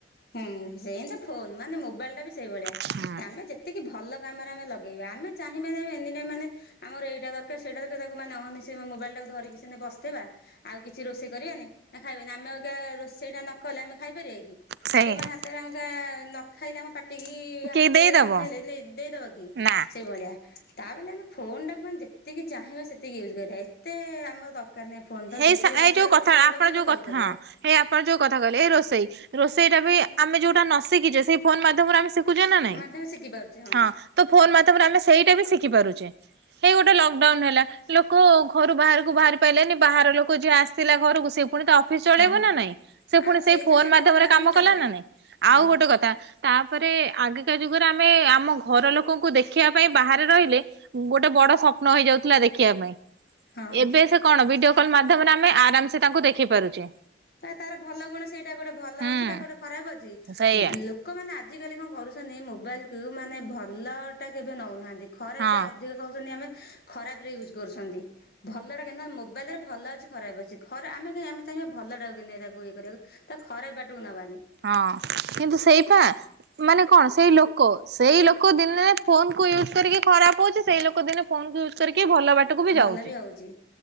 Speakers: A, on the left; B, on the right.
A: ହୁଁ ସେମତି ଫୋନ୍ ମାନେ ମୋବାଇଲ ଟା ବି ସେଇଭଳିଆ
B: ହଁ
A: ଆମେ ଯେତିକି ଭ ଭଲ କାମରେ ଆମେ ଲଗେଇବା ଆମେ ଚାହିଁବାନି ଆମେ ଏନି ଟାଇମ୍ ମାନେ ଆମର ଏଇଟା ଦରକାର ସେଇଟା ଦରକାର ତାକୁ ମାନେ ନ ମିଶେଇ ମୋବାଇଲ ଟାକୁ ଧରିକି ସିନ୍ତୀ ବସିଥିବା। ଆଉ କିଛି ରୋଷେଇ କରିବାନି ନା ଖାଇବେନି ଆମେ ଆଜ୍ଞା ରୋଷେଇ ଟା ନ କଲେ ଆମେ ଖାଇପାରିବା କି?
B: ସେଇଆ
A: କିବା ହାତରେ ଆ ମୁଠା ନ ଖାଇଲେ ଆମ ପା ଟିକି
B: କିଏ
A: ହାତରେ
B: ଦେଇଦବ
A: ନନେଲେ ନେଇ ଦେଇଦବ କି
B: ନା।
A: ସେଇଭଳିଆ। ତା ବୋଲି ଆମେ ଫୋନ ଟାକୁ ମାନେ ଯେତିକି ଚାହିଁବା ସେତିକି ୟୁଜ୍ କରିବା ଏତେ ଆମର ଦରକାର ନାହିଁ। ଫୋନ। ତ
B: ହେଇ
A: ଯେତିକି
B: ସା ଏଇ
A: ଦରକାର
B: ଯୋଉ କଥା
A: ଗୋଟେ କଲ୍
B: ଆପଣ
A: ଦରକାର
B: ଯୋଉ
A: ତ କଲ
B: କଥା
A: କରିବା।
B: ହଁ ହେଇ ଆପଣ ଯୋଉ କଥା କହିଲେ ଏଇ ରୋଷେଇ। ରୋଷେଇ ଟା ବି ଆମେ ଯୋଉଟା ନ ଶିଖିଚେ ସେଇ ଫୋନ ମାଧ୍ୟମରେ ଆମେ ଶିଖ ଖୁଚେ ନା ନାଇଁ?
A: ମାଧ୍ୟମ ଶିଖି ପାରୁଛେ
B: ହଁ। ତ ଫୋନ ମାଧ୍ୟମରେ ଆମେ ସେଇଟା ବି ଶିଖିପାରୁଚେ। ହେଇ ଗୋଟେ ଲକଡାଉନ ହେଲା। ଲୋ କ ଘରୁ ବାହାରକୁ ବାହାରି ପାଇଲେନି। ବାହାର ଲୋକ ଯିଏ ଆସିଲା ଘରକୁ ସେ ପୁଣି ତା ଅଫିସ ଚଳେଇବ
A: ହଁ।
B: ନା ନାଇଁ? ସେ ପୁଣି
A: ଆଉ
B: ସେଇ
A: ସେଇଥିରେ
B: ଫୋନ
A: ସେ
B: ମାଧ୍ୟମରେ
A: ଫୋନ୍ ଦ୍ଵାରା
B: କାମ
A: ହିଁ ଚଲେଇଲା
B: କଲା ନା ନାଇଁ?
A: ହଁ
B: ଆଉ ଗୋଟେ କଥା ତାପରେ ଆଗକା ଯୁଗରେ ଆମେ ଆମ ଘର ଲୋକଙ୍କୁ ଦେଖିବା ପାଇଁ ବାହାରେ ରହିଲେ। ଗୋଟେ ବଡ ସ୍ୱପ୍ନ ହେଇଯାଉଥିଲା ଦେଖିବା ପାଇଁ।
A: ହଁ
B: ଏବେ ସେ କଣ ଭିଡିଓ କଲ୍ ମାଧ୍ୟମରେ ଆମେ ଆରାମ ସେ ତାଙ୍କୁ ଦେଖି ପାରୁଚେ।
A: ଏ ତାର ଭଲ ଗୁଣ ସେଇଟା ଗୋଟେ ଭଲ
B: ହୁଁ
A: ଅଛି ବା ଗୋଟେ ଖରାପ ଅଛି।
B: ସେଇଆ
A: ଉଁ ଲୋ କମାନେ ଆଜିକାଲି କଣ କରୁଚନ୍ତି ମୋବାଇଲକୁ ମାନେ ଭଲ ଟା କେବେ ନେଉନାହାନ୍ତି ଖରାପ
B: ହଁ
A: ଟା ଅଧିକ କହୁଚନ୍ତି ଆମେ ଖରାପ ରେ ୟୁଜ କରୁଚନ୍ତି। ଭଲ ଟା କାହିଁକି ନ ମୋବାଇଲ୍ ରେ ଭଲ ଅଛି ଖରାପ ଅଛି ଖରା ଆମେ ଯେ ଆମେ ଚାହିଁବା ଭଲ ଟାକୁ କିମତି ତାକୁ ୟେ କରିବାକୁ ତାକୁ ଖରାପ ବାଟକୁ ନବାନି।
B: ହଁ କିନ୍ତୁ ସେଇପା ମାନେ କଣ? ସେଇ ଲୋକ ସେଇ ଲୋକ ଦିନେ ଫୋନକୁ ୟୁଜ୍ କରିକି ଖରାପ ହଉଚି। ସେଇ ଲୋକ ଦିନେ ଫୋନ କୁ ୟୁ ଜ୍ କରିକି ଭଲ ବାଟକୁ ବି
A: ଭଲ
B: ଯାଉଚି।
A: ହଉଛି